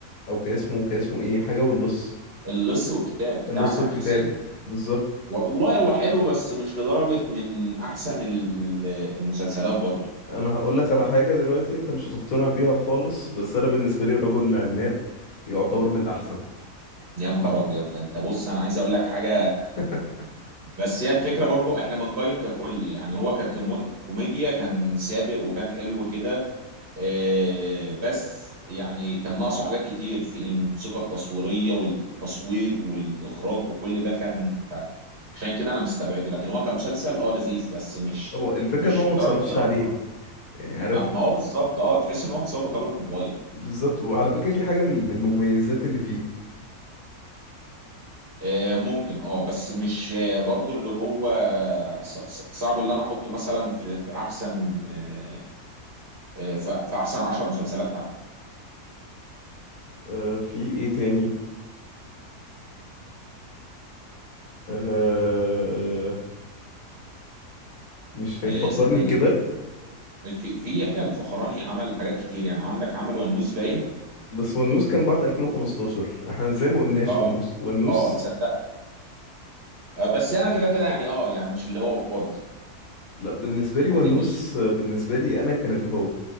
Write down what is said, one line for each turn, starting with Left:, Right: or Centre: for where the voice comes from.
Left: او كان اسمه كان اسمه ايه حاجه واللص
Right: اللص والكتاب بتاع
Left: اللص
Right: سامح
Left: والكتاب
Right: حسين
Left: بالظبط
Right: والله هو حلو بس مش لدرجة من احسن ال- المسلسلات برضه
Left: انا هقول لك على حاجه دلوقتي انت مش هتقتنع بيها خالص بس انا بالنسبه لي الرجل العناب يعتبر من الاحسن
Right: يا نهار
Left: لا
Right: ابيض ده انت بص انا عايز اقول لك حاجة
Left: <laughs>
Right: بس هي الفكرة برضو احنا بنقيم ككل يعني هو ككوميديا كان سابق وكان حلو كده آه، بس يعني كان ناقصه حاجات كتير في الموسيقى التصويرية والتصوير والإخراج وكل ده كان ف- عشان كده انا مستبعده لكن هو كمسلسل اه لذيذ بس مش
Left: هو الفكره
Right: مش
Left: ان هو ما اتصرفش
Right: درجة اللي انا
Left: عليه
Right: احرجه
Left: يعني عارف
Right: ما, ما هو بالظبط اه تحس ان هو متصور بكاميرا موبايل
Left: بالظبط وعلى فكره دي حاجه من من المميزات اللي فيه
Right: آه، ممكن اه بس مش آه، برضو اللي هو ص- ص- صعب اللي انا احطه مثلا في في احسن آه، آه، ف- في احسن 10 مسلسلات حتى
Left: آه في ايه تاني آه مش فاكر
Right: آه،
Left: فكرني
Right: استنى
Left: كده
Right: في في يحيى الفخراني عمل حاجات كتير يعني عندك عمل ونوس باين
Left: بس ونوس كان بعد 2015 احنا زي ما قلناش
Right: اه
Left: ونوس ونوس
Right: اه تصدق آه، بس انا كده كده يعني اه يعني مش اللي هو برضه
Left: لا بالنسبه
Right: يعني
Left: لي ونوس
Right: مش
Left: آه، بالنسبه لي انا كان اللي هو